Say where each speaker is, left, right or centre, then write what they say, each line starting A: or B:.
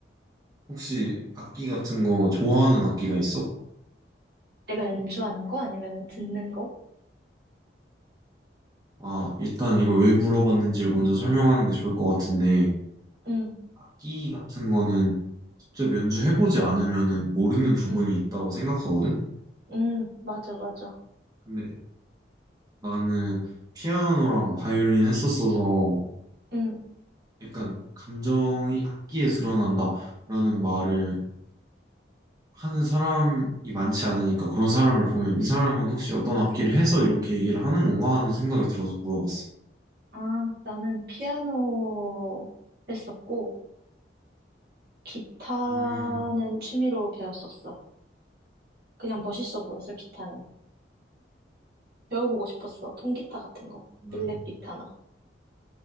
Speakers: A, on the right; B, on the right.
A: 혹시 악기 같은 거 좋아하는 악기가 있어?
B: 내가 연주하는 거? 아니면 듣는 거?
A: 아, 일단 이걸 왜 물어봤는지 먼저 설명하는 게 좋을 것 같은데,
B: 응,
A: 악기 같은 거는 직접 연주해보지 않으면은 모르는 부분이
B: 응,
A: 있다고 생각하거든?
B: 응, 맞아, 맞아.
A: 근데 나는 피아노랑 바이올린 했었어서
B: 응.
A: 약간 감정이 악기에 드러난다라는 말을 하는 사람이 많지 않으니까 그런 사람을 보면 이 사람은 혹시 어떤 악기를 해서 이렇게 얘기를 하는 건가 하는 생각이 들어서 물어봤어.
B: 아, 나는 피아노 했었고, 기타는
A: 음,
B: 취미로 배웠었어. 그냥 멋있어 보였어, 기타는. 배워보고 싶었어. 통기타 같은 거.
A: 맞아.
B: 일렉 기타나.